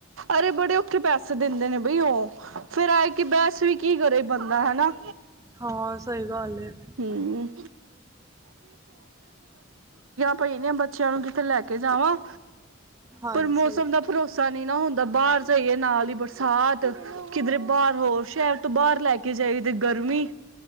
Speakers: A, on the right; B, on the right.
A: ਅਰੇ ਬੜੇ ਔਖੇ ਪੈਸੇ ਦਿੰਦੇ ਨੇ ਬਈ ਉਹ ਫਿਰ ਆਏ ਕਿ ਬੈਸ ਵੀ ਕੀ ਕਰੇ ਬੰਦਾ ਹਨਾ
B: ਹਾਂ ਸਹੀ ਗੱਲ ਹੈ
A: ਹਮ ਪਏ ਨੇ ਬੱਚਿਆਂ ਨੂੰ ਕਿਤੇ ਲੈ ਕੇ ਕੇ ਜਾਵਾਂ
B: ਹਾਂਜੀ,
A: ਪਰ ਮੌਸਮ ਦਾ ਭਰੋਸਾ ਨ ਨਾ ਹੁੰਦਾ ਬਾਹਰ ਜਾਈਏ ਨਾਲ ਹੀ ਬਰਸਾਤ ਕਿਧਰੇ ਬਾਹਰ ਹੋਰ ਸ਼ਹਿਰ ਤੋਂ ਬਾਹਰ ਲੈ ਕੇ ਜਾਈ ਤੇ ਗਰਮੀ